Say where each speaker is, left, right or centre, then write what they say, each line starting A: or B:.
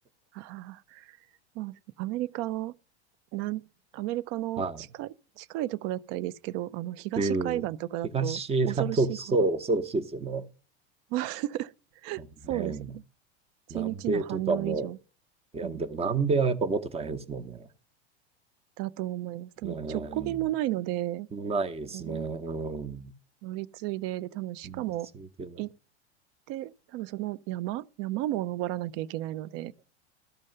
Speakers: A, on the right; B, on the right.
A: ああ、まあ、アメリカの、なん、アメリカの近い、
B: は
A: 近いところだったらいいですけど、あの、東海岸とかだと恐ろしいほど。
B: い。うん。東だと、そう、恐ろしいですよね。
A: <laughs>
B: そうね。
A: そうですよね。一日の半分以上、
B: 南米とかも、いや、
A: うん、
B: でも南米はやっぱもっと大変ですもんね。
A: だと思います。多分、
B: うん。
A: 直行便もないので、
B: ないですね。
A: うん、
B: うん。
A: 乗り継いで、で、多分、しかも、
B: うんそうだよね
A: 行って、多分その山、山も登らなきゃいけないので、